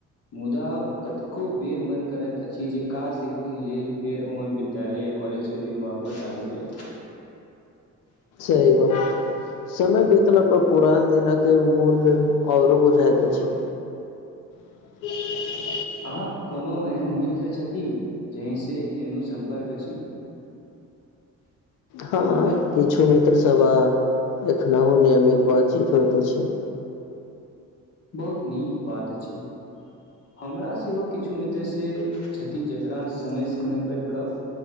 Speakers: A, on the left; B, on the left.
A: मुदा कतको बेर मन करैत अछि जे काश एक दिन लेल फेर ओह विद्यालय या कॉलेज के दिन वापस आबि जाय
B: सही बात समय बीतला पर पुरान दिनक के मूल्य औरो बुझायत अछि <unintelligible>
A: अहाँक कोनो एहन मित्र छथि जेहिसँ एनो सम्पर्क अछि
B: हँ किछु मित्र सब एखनहु नियमित बातचीत होइत अछि
A: बहुत नीक बात अछि हमरा सेहो किछु मित्र से छति जेकरा समय समयपर गप